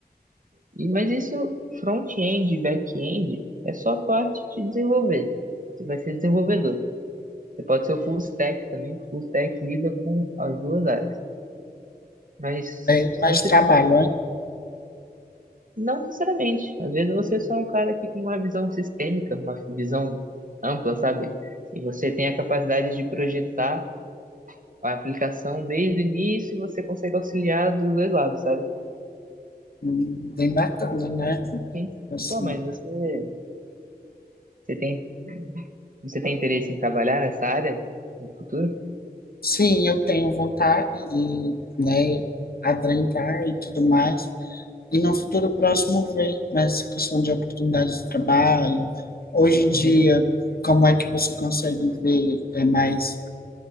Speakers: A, on the right; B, on the left.
A: e, mas isso front-end e back-end é só parte de desenvolver. Você vai ser desenvolvedor. Você pode ser o full stack também, que o full stack lida com as duas áreas. Mas
B: bem,
A: se
B: mas
A: você
B: trabalho, né?
A: não necessariamente. Às vezes você é só um cara que tem uma visão sistêmica, uma visão ampla, sabe? E você tem a capacidade de projetar a aplicação desde o início e você consegue auxiliar dos dois lados, sabe?
B: Hum, Bem bacana, né?
A: Sim.
B: Assim,
A: Pô, mas você Você tem, você tem interesse em trabalhar nessa área no futuro?
B: sim, eu tenho vontade de, né, adentrar e tudo mais. E no futuro próximo ver nessa questão de oportunidades de trabalho. Hoje em dia,
A: Uhum.
B: como é que você consegue ver? É mais